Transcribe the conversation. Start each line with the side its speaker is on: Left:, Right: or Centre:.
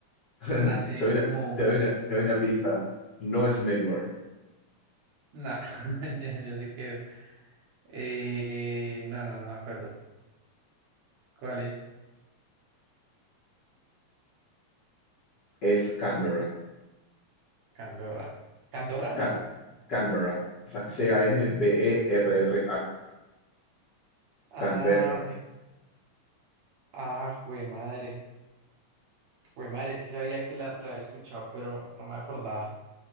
Left: <laughs> Te
Right: hace
Left: doy una,
Right: como
Left: te
Right: unos.
Left: doy una- te doy una pista. No es Melbourne,
Right: No, <laughs> ya, ya sé que Eh, no, no, no me acuerdo. ¿Cuál es?
Left: es Canberra.
Right: ¿Cómo se Candorra. ¿Candorra no?
Left: Ca- Canberra. O sea, C-A-N-B-E-R-R-A.
Right: Ah,
Left: Canberra.
Right: ok. Ah, jue madre. Jue madre, sí sabía que la, la había escuchado, pero no me acordaba.